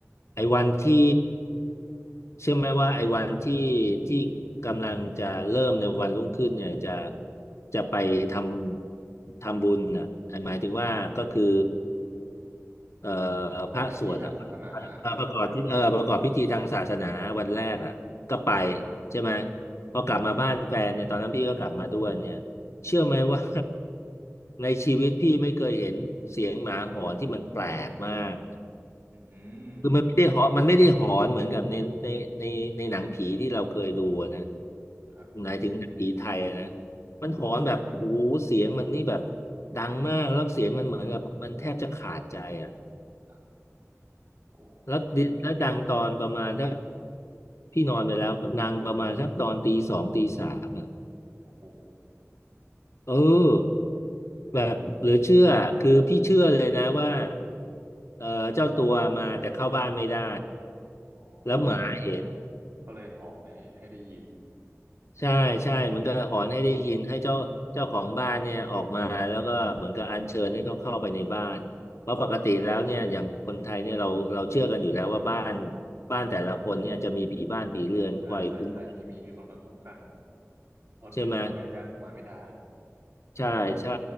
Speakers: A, on the left; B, on the right.
A: ไอ้วันที่เชื่อไหมว่าไอ้วันที่ที่กำลังจะเริ่มในวันรุ่งขึ้นเนี่ยจะจะไปทำทำบุญอ่ะหมายถึงว่าก็คือ เอ่อ
B: ประกอบพิธีทางศาสนาอะพี่
A: พระสวดอะเอ่อประกอบที่เออประกอบพิธีทางศาสนาวันแรกอ่ะก็ไปใช่ไหมพอกลับมาบ้านแฟนเนี่ยตอนนั้นพี่ก็กลับมาด้วยเนี่ยเชื่อไหมว่าในชีวิตพี่ไม่เคยเห็นเสียงหมาหอนที่มันแปลกมาก
B: อืม
A: คือมันไม่ได้หอนมันไม่ได้หอนเหมือนกับในในในในหนังผีที่เราเคยดูอะนะ
B: ครับ
A: หมายถึงหนังผีไทยอะนะมันหอนแบบโอ้โหเสียงมันนี่แบบดังมากแล้วเสียงมันเหมือนกับมันแทบจะขาดใจอ่ะ
B: ครับโอ้
A: แล้วดิแล้วดังตอนประมาณถ้าพี่นอนไปแล้วดังประมาณสักตอนตีสองตีสามอ่ะ
B: โอ้โห
A: เออแบบเหลือเชื่อคือพี่เชื่อเลยนะว่าเออเจ้าตัวมาแต่เข้าบ้านไม่ได้
B: อ๋อ
A: แล้วหมาเห็น
B: ก็เลยเหาะในให้ได้ยิน
A: ใช่ใช่มันก็หอนให้ได้ยินให้เจ้าเจ้าของบ้านเนี่ยออกมาแล้วก็เหมือนกับอัญเชิญให้เขาเข้าไปในบ้านเพราะปกติแล้วเนี่ยอย่างคนไทยเนี่ยเราเราเชื่อกันอยู่แล้วว่าบ้านบ้านแต่ละคนเนี่ยจะมีผีบ้านผีเรือนคอยคุ้มครอง
B: ใช่ใช่ใช่พี่มีมีคนคอยคุ้มกันคนอื่นถ้าเราไม่อนุญาตเข้ามาไม่ได้
A: ใช่ไหม ใช่ใช่